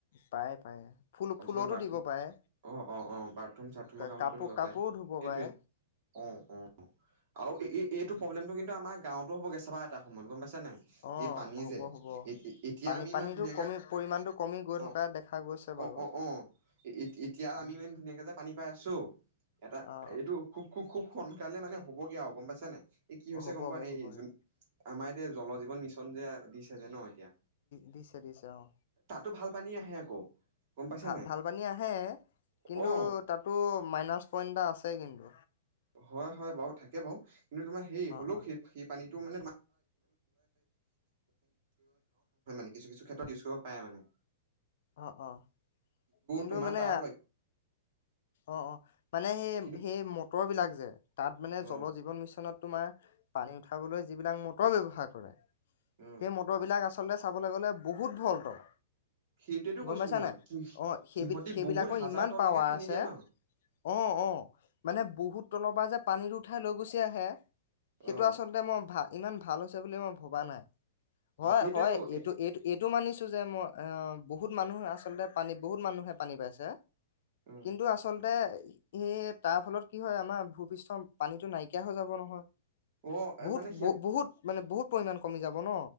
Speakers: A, on the left; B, on the right.
A: পাৰে পাৰে ফুল
B: কমচে
A: ফুলতো
B: কম বাথৰুম
A: দিব পাৰে
B: অ', অ', অ', বাথৰুম চাথৰুমৰ
A: কা-
B: কামতো
A: কাপোৰ
B: দিব
A: কাপোৰো
B: পাৰে।
A: ধুব
B: এইটয়ে
A: পাৰে
B: অ', অ', অ'। <inaudible> এই-এইটো
A: উম,
B: প্ৰব্লেমটোৰ কিন্তু গাঁৱতো <inaudible> চাবা এটা সমান গম পাইছা নাই?
A: অ
B: এই পানী
A: হ'ব
B: যে,
A: হ'ব
B: এ-এতিয়া
A: পানী
B: আমি
A: পানীটো
B: ইমান ধুনীয়াকে
A: কমি পৰিমাণটো কমি গৈ
B: অ',
A: থকা দেখা গৈছে বাৰু
B: অ', অ', অ', এ-এতিয়া
A: উম,
B: আমি ইমান ধুনীয়াকে যে পানী পাই আছোঁ এটা
A: অ
B: এইটো খু খুব সোনকালে মানে হ'বগে আৰু গম পাইছা এই কি হৈছে
A: অ হ'বগে
B: গম পোৱা নে,
A: হ'বগে
B: এই জোন আমাৰ দে জল জীৱ সঞ্জে দিছে যে ন'। এতিয়া
A: দিছে দিছে অ'।
B: টো ভাল পানী আহে আকৌ। গম পাইছা
A: ভা-ভাল
B: নাই
A: পানী আহে, কিন্তু
B: অ
A: তাতো মাইনাচ পইন্ট এটা আছে কিন্তু।
B: হয় হয় বাৰু থাকে বাৰু। কিন্তু তোমাৰ সেই হ'লেও
A: অ অ।
B: সেই সেই পানীটো মা <inaudible> কিছু কিছু ক্ষেত্ৰত ইউজ কৰিব পাৰে মানে।
A: অ', অ', কিন্তু
B: তোমাৰ
A: মানে
B: তাৰ ল
A: অ', অ', মানে সেই
B: কিন্তু
A: সেই ওপৰৰবিলাক যে তাত মানে
B: অ
A: জল জীৱন মিছনত তোমাৰ পানী উঠাবলৈ যিবিলাক মটৰ ব্যৱহাৰ কৰে
B: অ
A: সেই মটৰ বিলাক আ আচলতে চাবলৈ গ'লে বহুত ভল্ডৰ।
B: সেইটোৱেতো কৈছো
A: গম পাইছানে
B: মই কি
A: অ', সেই-সেইবিলাকৰ
B: সিহঁতি বহুত হাজাৰ
A: ইমান
B: তললৈকে
A: পাৱাৰ
B: খান্দি
A: আছে।
B: দিয়ে ন
A: অ', অ', মানে বহুত তলৰ পৰা যে পানীট ঠাই লৈ গুচি আহে। সেইটো
B: অ
A: আচলতে মই ভাল ইমান ভাল হৈছে বুলি মই ভবা নাই। হয়
B: সেইটোৱেতো
A: হয় এইটো-এইটো
B: এ
A: এইটো মান যে মই এ বহুত মানুহে আচলতে পানী বহুত মানুহে পানী পাইছে।
B: উম
A: কিন্তু আচলতে সেয়ে তাৰ ফলত কি হয় আমাৰ, ভূপৃষ্ঠ পানীতো নাইকিয়া হৈ যাব নহয়।
B: অ
A: বহুত
B: মানে
A: ব-বহুত মানে বহুত পৰিমান কমি যাব ন'।